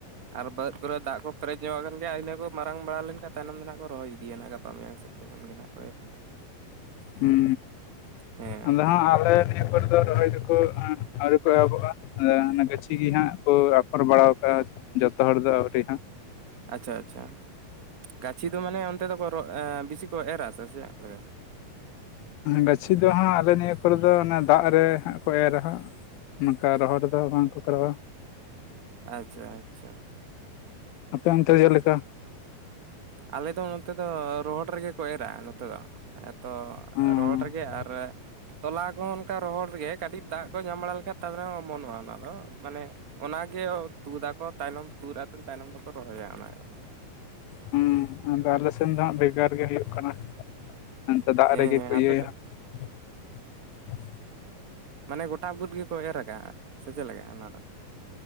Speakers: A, on the right (about 35°); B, on the left (about 80°).
A: ᱟᱨ ᱵᱟᱹᱫᱽ ᱠᱚᱨᱮ ᱫᱟᱜ ᱠᱚ ᱯᱮᱨᱮᱡ ᱧᱚᱜ ᱟᱠᱟᱱ ᱜᱮᱭᱟ ᱤᱱᱟᱹ ᱠᱚ ᱢᱟᱨᱟᱝ ᱵᱟᱲᱟ ᱞᱮᱱᱠᱷᱟᱱ ᱛᱟᱭᱱᱚᱢ ᱫᱚ ᱱᱟᱦᱟᱜ ᱠᱚ ᱨᱚᱦᱚᱭ ᱤᱫᱤᱭᱟ ᱱᱟᱦᱟᱜ ᱜᱟᱯᱟ ᱢᱮᱭᱟᱝ ᱥᱮᱫ᱾ ᱩᱫᱽ ᱢᱟ ᱢᱮᱱᱟᱜ᱾
B: ᱦᱩᱸ
A: ᱦᱮᱸ
B: ᱟᱫᱚ ᱦᱟᱸᱜ ᱟᱞᱮ ᱱᱤᱛ ᱟᱯᱦᱚᱨ ᱫᱚ ᱨᱚᱦᱚᱭ ᱫᱚ ᱠᱚ ᱟᱹᱣᱨᱤ ᱠᱚ ᱮᱦᱚᱵᱚᱜ-ᱟ ᱟᱫᱚ ᱜᱟᱹᱪᱷᱤ ᱜᱮ ᱦᱟᱸᱜ ᱠᱚ ᱟᱯᱷᱚᱨ ᱵᱟᱲᱟ ᱟᱠᱟᱜ-ᱟ᱾ ᱡᱚᱛᱚ ᱦᱚᱲ ᱫᱚ ᱟᱹᱣᱨᱤ ᱦᱟᱸᱜ᱾
A: ᱟᱪᱷᱟ ᱟᱪᱷᱟ ᱜᱟᱪᱷᱤ ᱫᱚ ᱢᱟᱱᱮ ᱚᱱᱛᱮ ᱫᱚ ᱠᱚ ᱨᱚᱜ ᱵᱮᱥᱤ ᱠᱚ ᱮᱨᱟ ᱥᱮ ᱪᱮᱫᱞ ᱞᱮᱠᱟ?
B: ᱜᱟᱹᱪᱷᱤ ᱫᱚ ᱦᱟᱸᱜ ᱟᱞᱮ ᱱᱤᱭᱟᱹ ᱠᱚᱨᱮ ᱫᱚ ᱚᱱᱮ ᱫᱟᱜ ᱨᱮ ᱦᱟᱸᱜ ᱠᱚ ᱮᱨᱟ ᱦᱟᱸᱜ᱾ ᱱᱚᱠᱟ ᱨᱚᱦᱚᱲ ᱨᱮᱫᱚ ᱵᱟᱝ ᱠᱚ ᱠᱚᱨᱟᱣᱟ᱾
A: ᱟᱪᱷᱟ ᱟᱪᱷᱟ᱾
B: ᱟᱯᱮ ᱚᱱᱛᱮ ᱪᱮᱫ ᱞᱮᱠᱟ?
A: ᱟᱞᱮ ᱫᱚ ᱚᱛᱮ ᱫᱚ ᱨᱚᱦᱚᱲ ᱨᱮ ᱜᱮ ᱠᱚ ᱮᱨᱟ ᱱᱚᱛᱮ ᱫᱚ᱾ ᱛᱚ
B: ᱦᱩᱸ
A: ᱨᱚᱦᱚᱲ ᱨᱮ ᱜᱮ ᱟᱨ ᱛᱚᱞᱟ ᱠᱚ ᱦᱚᱸ ᱚᱱᱠᱟ ᱨᱚᱦᱚᱲ ᱨᱮ ᱜᱮ ᱠᱟᱹᱴᱤᱡ ᱫᱟᱜ ᱠᱚ ᱧᱟᱢ ᱵᱟᱲᱟ ᱞᱮᱠᱷᱟᱱ ᱛᱟᱦᱞᱮ ᱦᱚᱸ ᱚᱢᱚᱱᱚᱜ-ᱟ ᱚᱱᱟ ᱫᱚ ᱢᱟᱱᱮ ᱚᱱᱟ ᱜᱮ ᱛᱩᱫᱟ ᱠᱚ ᱛᱟᱭᱱᱚᱢ ᱛᱩᱫ ᱟᱯᱮᱢ ᱛᱟᱭᱱᱚᱢ ᱫᱚ ᱠᱚ ᱨᱚᱦᱚᱭᱟ ᱚᱱᱟ
B: ᱦᱩᱸ ᱟᱫᱚ ᱟᱞᱮ ᱥᱮᱱ ᱫᱚ ᱦᱟᱸᱜ ᱵᱷᱮᱜᱟᱨ ᱜᱮ ᱦᱩᱭᱩᱜ ᱠᱟᱱᱟ᱾ ᱚᱱᱛᱮ ᱫᱟᱜ
A: ᱦᱮᱸ
B: ᱨᱮᱜᱮ
A: ᱦᱮᱸ
B: ᱠᱚ
A: ᱟᱯᱮ ᱛᱮ
B: <inaudible>
A: ᱢᱟᱱᱮ ᱜᱚᱴᱟ ᱵᱟᱹᱫᱽ ᱜᱮᱠᱚ ᱮᱨ ᱠᱟᱜᱼᱟ ᱥᱮ ᱪᱮᱫ ᱞᱮᱠᱟ ᱚᱱᱟ ᱫᱚ